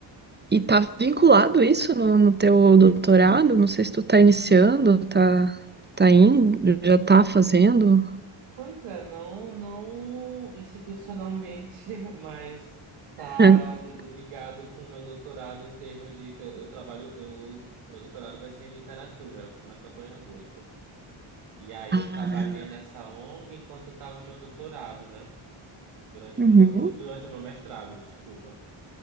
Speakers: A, on the right; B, on the right.
A: e tá vinculado isso no, no teu doutorado? Não sei se tu tá iniciando, tá, tá indo, já tá fazendo.
B: Pois é, não, não institucionalmente, <laughs> mas tá
A: <laughs>
B: ligado com o meu doutorado em termos de que eu, eu trabalho, eu, meu doutorado vai ser em literatura, começa agora em agosto. E aí
A: Ah.
B: eu trabalhei nessa ONG enquanto estava no meu doutorado, né? Durante
A: Uhum.
B: o meu, do- durante o meu mestrado, desculpa.